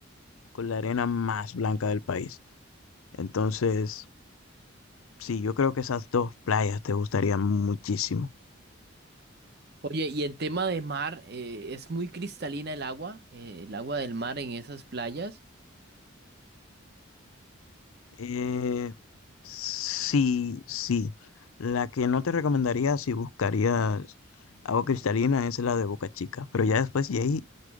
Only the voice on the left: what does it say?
con la arena más blanca del país. Entonces, sí, yo creo que esas dos playas te gustarían muchísimo.
Eh, sí, sí. La que no te recomendaría si buscarías agua cristalina es la de Boca Chica, pero ya después de ahí